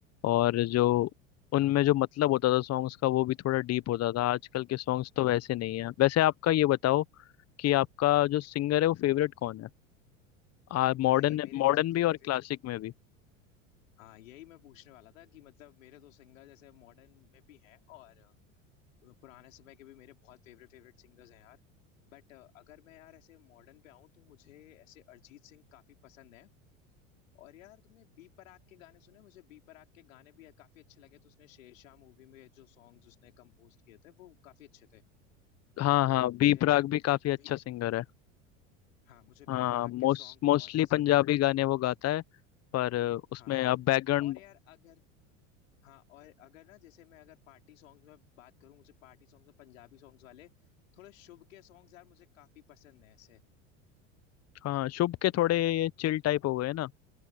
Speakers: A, on the left (about 40°); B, on the left (about 80°).
A: और जो उनमें जो मतलब होता था सॉन्ग्स का वो भी थोड़ा डीप होता था आजकल के सॉन्ग्स तो वैसे नहीं है वैसे आपका ये बताओ कि आपका जो सिंगर है वो फेवरेट कौन है आ मॉडर्न
B: भाई मेरे
A: मॉडर्न
B: फेवरेट
A: भी और क्लासिक में भी
B: हाँ यही मैं पूछने वाला था कि मतलब मेरे तो सिंगर जैसे मॉडर्न में भी हैं और पुराने समय के भी मेरे बहुत फेवरेट फेवरेट सिंगर्स हैं यार बट अगर मैं यार ऐसे मॉडर्न पे आऊँ तो मुझे ऐसे अरिजीत सिंह काफी पसंद है और यार तुमने बी पराग के गाने सुने मुझे बी पराग के गाने भी काफी अच्छे लगे तो उसने शेरशाह मूवी में जो सॉन्ग्स उसने कंपोज किए थे वो काफी अच्छे थे
A: हाँ
B: तो
A: हाँ बी
B: मुझे
A: प्राक
B: ऐसे
A: भी काफी
B: बी
A: अच्छा सिंगर है
B: हाँ मुझे
A: हाँ
B: बी पराग
A: मोस्ट
B: के सॉन्ग
A: मोस्टली
B: बहुत पसंद
A: पंजाबी
B: है
A: गाने वो गाता है पर उसमें
B: हाँ
A: अब बैकग्राउंड
B: और यार अगर हाँ और अगर ना जैसे मैं अगर पार्टी सॉन्ग्स में बात करूँ मुझे पार्टी सॉन्ग्स में पंजाबी सॉन्ग्स वाले थोड़े शुभ के सॉन्ग्स यार मुझे काफी पसंद है ऐसे
A: हाँ शुभ के थोड़े ये चिल टाइप हो गए ना